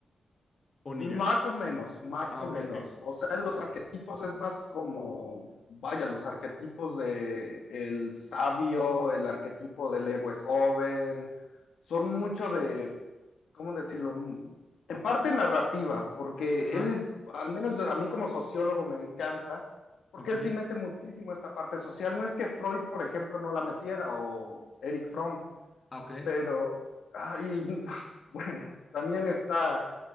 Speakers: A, on the left; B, on the left.
A: o
B: Más
A: ni idea.
B: o menos, más
A: Ah,
B: o
A: ok,
B: menos.
A: ok.
B: O sea, los arquetipos es más como, vaya, los arquetipos de el sabio, el arquetipo del héroe joven, son mucho de, ¿cómo decirlo? Mm, En parte narrativa, porque
A: Ajá,
B: él, al menos a mí como sociólogo me encanta, porque
A: ok,
B: él sí mete muchísimo esta parte social. No es que Freud, por ejemplo, no la metiera o Eric Fromm,
A: ah, ok.
B: pero, ay, <laughs> bueno, también está